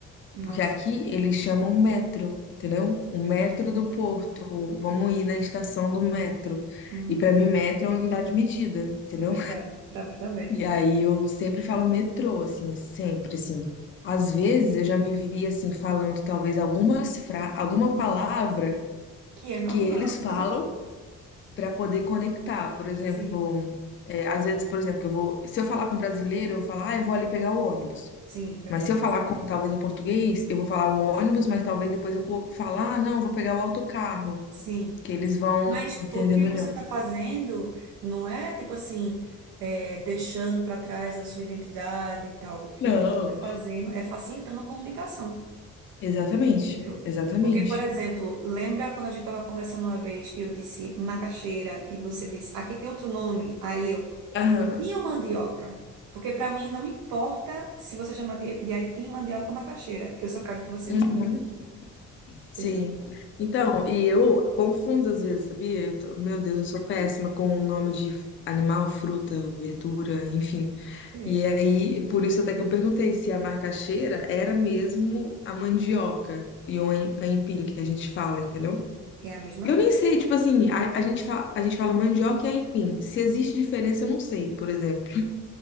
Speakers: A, on the right; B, on the left.
A: Nossa,
B: Porque aqui eles chamam metro, entendeu? O
A: tô entendendo.
B: metro do Porto. Vamos ir na estação do metro.
A: Uhum,
B: E pra mim, metro é uma unidade de medida, entendeu?
A: é verdade. Pra mim também.
B: E aí eu sempre falo metrô, assim, sempre, assim. Às
A: Hum.
B: vezes eu já me vi, assim, falando talvez algumas fra alguma palavra
A: Que é normal.
B: que eles falam para poder conectar. Por exemplo,
A: Sim,
B: é, às vezes, por exemplo, que eu vou, se eu falar com um brasileiro, eu vou falar, ah, eu vou ali pegar o ônibus.
A: sim, verdade.
B: Mas se eu falar com talvez um português, eu vou falar o ônibus, mas talvez depois eu co- falar, ah, não, vou pegar o autocarro,
A: Sim.
B: que eles vão
A: Mas
B: entender
A: pô, o que
B: melhor.
A: você está fazendo não é, tipo assim, é, deixando para trás a sua identidade e tal. O que
B: Não.
A: você está fazendo é facilitando a comunicação,
B: Exatamente,
A: entendeu?
B: exatamente.
A: Porque, por exemplo, lembra quando a gente estava conversando uma vez e eu disse macaxeira e você disse, aqui tem outro nome, aí eu,
B: Aham.
A: aipim ou mandioca? Porque para mim não importa se você chama de, de aipim, mandioca ou macaxeira. Eu só quero que você
B: Uhum.
A: me entenda,
B: Sim.
A: entendeu?
B: Então, e eu confundo às vezes, sabia? Eu tô- meu Deus, eu sou péssima com o nome de animal, fruta, verdura, enfim.
A: É,
B: E aí, por isso até que eu perguntei se a macaxeira era mesmo a mandioca e o ain-
A: é
B: aipim que a gente fala, entendeu?
A: é a mesma
B: Eu
A: coisa.
B: nem sei, tipo assim, a, a gente fala, a gente fala mandioca e aipim. Se existe diferença, eu não sei, por exemplo.